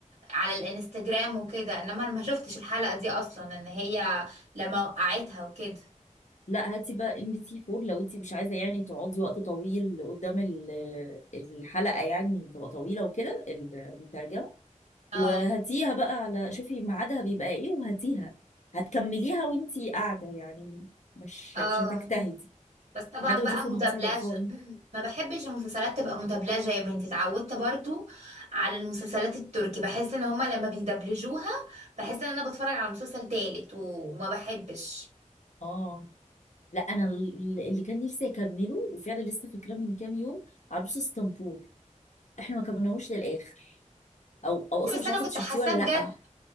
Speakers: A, on the right; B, on the left.
A: على الانستجرام وكده انما انا ما شفتش الحلقة دي اصلا ان هي لما وقعتها وكده
B: لا هاتي بقى ام بي سي 4 لو انت مش عايزه يعني تقعدي وقت طويل قدام ال- آه، الحلقه يعني تبقى طويله وكده المترجمه وهاتيها
A: اه
B: بقى على شوفي ميعادها بيبقى ايه وهاتيها هتكمليها وانت قاعده يعني مش
A: اه
B: مش هتجتهدي
A: بس طبعا
B: لحد ما
A: بقى
B: اشوف المقصه
A: مدبلجة
B: يبقى فاضي
A: <clears throat> ما بحبش المسلسلات تبقى مدبلجة يا بنتي اتعودت برضو على المسلسلات التركي بحس ان هما لما بيدبلجوها بحس ان انا بتفرج على مسلسل تالت وما بحبش
B: اه لا انا ال- اللي كان نفسي اكمله وفعلا لسه فاكراه من كام يوم عروس اسطنبول احنا ما كملناهوش للاخر او او اصلا
A: بس
B: مش
A: انا
B: عارفه
A: كنت
B: انت شفتيه
A: حاساه
B: ولا لا
A: بجد